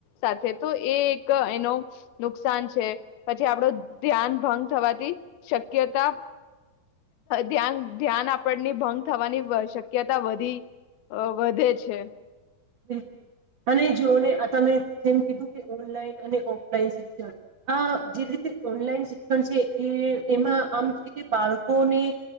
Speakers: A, on the left; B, on the right.
A: સાથે તો એ એક એનો નુકસાન છે પછી આપડો ધ્યાન ભંગ થવાથી શક્યતા ધ્યાન ધ્યાન આપણની ભંગ થવાની શક્યતા વધી વધે છે.
B: બિલ અને જોઓને આ તમે જેમ કીધું કે ઓનલાઈન અને ઓફલાઈન શિક્ષણ આ જે રીતે ઓનલાઈન શિક્ષણ છે એ એમાં આમ છે કે બાળકોને